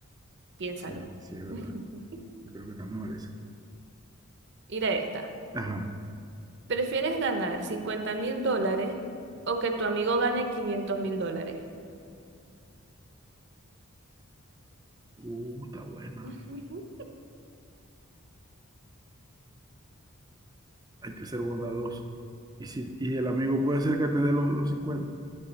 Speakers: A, on the right; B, on the right.
A: Piénsalo.
B: Sí, sí, es verdad.
A: <laughs>
B: Yo creo que también merece.
A: Mira esta.
B: Ajá.
A: ¿Prefieres ganar cincuenta mil dólares o que tu amigo gane quinientos mil dólares?
B: Uh, está buena.
A: <laughs> Ujú.
B: Hay que ser bondadoso. Y, si, y el amigo puede ser que te dé los, los cincuenta